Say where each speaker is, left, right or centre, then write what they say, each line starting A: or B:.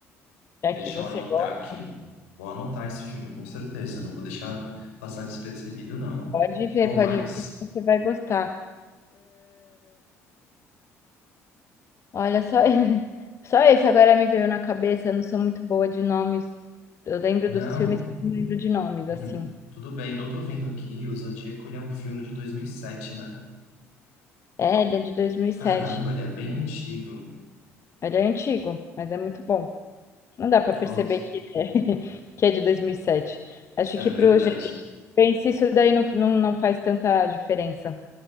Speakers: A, on the left; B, on the left.
A: deixa
B: já que você
A: eu anotar
B: gosta.
A: aqui. Vou anotar esse filme, com certeza. Não vou deixar passar despercebido, não.
B: Pode ver,
A: Qual
B: pode
A: mais?
B: ver, que você vai gostar. Olha, só, <laughs> só esse agora me veio na cabeça. Eu não sou muito boa de nomes. Eu lembro
A: Não.
B: dos filmes, mas não lembro de nomes,
A: Uhum.
B: assim.
A: Tudo bem. Eu tô vendo aqui, o Zodíaco, ele é um filme de 2007, né?
B: É, ele é de 2007.
A: Caramba, ele é bem antigo.
B: Ele é antigo, mas é muito bom. Não dá pra
A: Nossa,
B: perceber que é, <laughs> que é de 2007. Acho
A: é
B: que
A: verdade.
B: pro gênero de suspense, isso daí não, não, não faz tanta diferença.